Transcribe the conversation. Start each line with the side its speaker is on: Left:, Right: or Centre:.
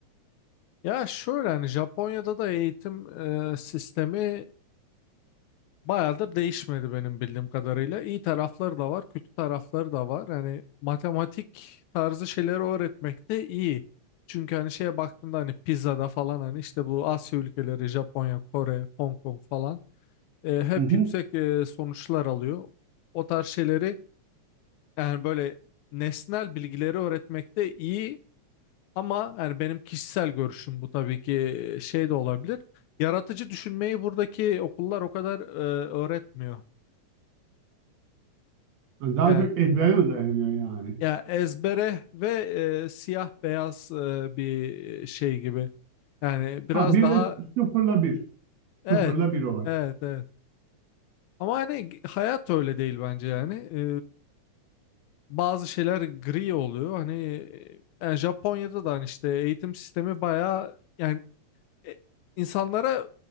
Left: ya şöyle hani Japonya'da da eğitim e, sistemi Bayağıdır değişmedi benim bildiğim kadarıyla. İyi tarafları da var, kötü tarafları da var. Hani matematik tarzı şeyleri öğretmek de iyi. Çünkü hani şeye baktığında hani pizzada falan hani işte bu Asya ülkeleri, Japonya, Kore, Hong Kong falan e, hep
Right: Hı hı.
Left: yüksek e, sonuçlar alıyor. O tarz şeyleri yani böyle nesnel bilgileri öğretmek de iyi ama yani benim kişisel görüşüm bu tabii ki e, şey de olabilir. Yaratıcı düşünmeyi buradaki okullar o kadar e, öğretmiyor.
Right: Yani Daha
Left: Yani
Right: çok ezbere mi dayanıyor yani?
Left: Ya ezbere ve e, siyah beyaz e, bir şey gibi. Yani biraz
Right: Ha bir
Left: daha
Right: de sıfırla bir.
Left: evet
Right: Sıfırla bir olay.
Left: evet evet. Ama hani hayat öyle değil bence yani. E, bazı şeyler gri oluyor. Hani e, yani Japonya'da da hani işte eğitim sistemi bayağı yani e, insanlara